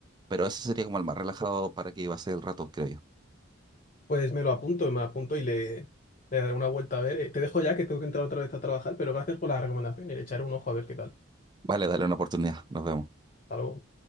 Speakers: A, on the right (about 20°); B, on the left (about 40°).
A: Pero ese sería como el más relajado para que iba a ser el rato, creo yo.
B: Pues me lo apunto, me lo apunto y le, le daré una vuelta a ver. Eh, Te dejo ya que tengo que entrar otra vez a trabajar, pero gracias por la recomendación y le echaré un ojo a ver qué tal.
A: Vale, dale una oportunidad, nos vemos.
B: Algo.